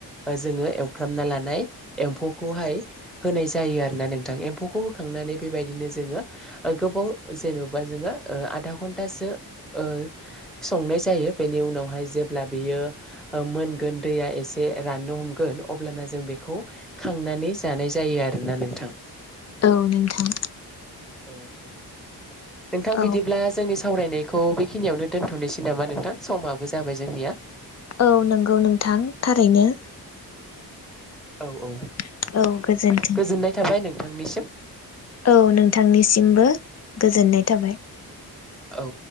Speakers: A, in the centre; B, on the left.
A: जोङो एवफ्रामना लानाय एम्फौखौहाय होनाय जायो आरोना नों थां एम्फौखौ होखांनानै बेबायदिनो जोङो ओ गोबाव जेन'बा जोङो ओ आधा घो ओ संनाय जायो बेनि उनावहाय जेब्ला बियो ओ मोनगोन दैया एसे राननो हमगोन अब्लाना जों बेखौ खांनानै जानाय जायो आरोना नोंथां
B: औ नोंथां
A: औ नोंथां
B: औ
A: बिदिब्ला जोंनि सावरायनायखौ खौ बेखिनियावनो दोन्थ'नोसै नामा नोंथां समाबो जाबाय जोंनिया
B: औ नंगौ नोंथां थारैनो
A: औ औ
B: औ गोजोन्थों
A: गोजोननाय थाबाय नोंथांनिसिम
B: औ नोंथांनिसिमबो गोजोननाय थाबाय।
A: औ